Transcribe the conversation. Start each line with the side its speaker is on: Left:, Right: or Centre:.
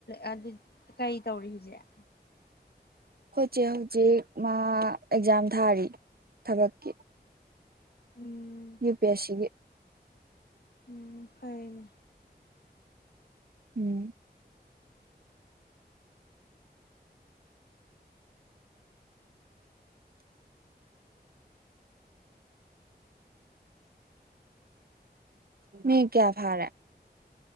Left: ꯑ ꯗꯤ ꯀꯔꯤ ꯇꯧꯔꯤ ꯍꯧꯖꯤꯛ
Right: ꯑꯩꯈꯣꯏꯆꯦ ꯍꯧꯖꯤꯛ ꯃꯥ ꯑꯦꯛꯖꯥꯝ ꯊꯥꯔꯤ ꯊꯕꯛꯀꯤ
Left: ꯎꯝ
Right: ꯌꯨ ꯄꯤ ꯑꯦꯁ ꯁꯤ ꯒꯤ
Left: ꯎꯝ ꯐꯔꯦꯅꯦ
Right: ꯎꯝ ꯃꯤ ꯀꯌꯥ ꯐꯔꯦ